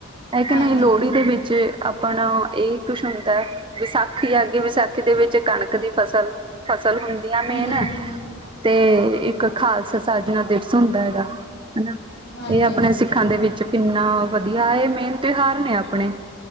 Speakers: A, on the right; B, on the left.
A: ਐ
B: ਹਾਂਜੀ
A: ਕੇ ਨਈ ਲੋਹੜੀ ਦੇ ਵਿੱਚ ਆਪਣਾ ਏ ਕੁਛ ਹੁੰਦੈ ਵਿਸਾਖੀ ਆਗੀ ਵਿਸਾਖੀ ਦੇ ਵਿੱਚ ਕਣਕ ਦੀ ਫਸਲ ਫਸਲ ਹੁੰ ਦੀਆਂ ਮੇਨ
B: ਹਮ
A: ਤੇ ਇੱਕ ਖਾਲਸ ਸਾਜਨਾ ਦਿਵਸ ਹੁੰਦੈ ਏਦਾ ਹਨਾ।
B: ਹਾਂਜੀ
A: ਏ ਆਪਣੇ
B: ਹਾਂਜੀ
A: ਸਿੱਖਾਂ ਦੇ ਵਿੱਚ ਕਿੰਨਾ ਵਧੀਆ ਏ ਮੇਨ ਤਿਉਹਾਰ ਨੇ ਆਪਣੇ।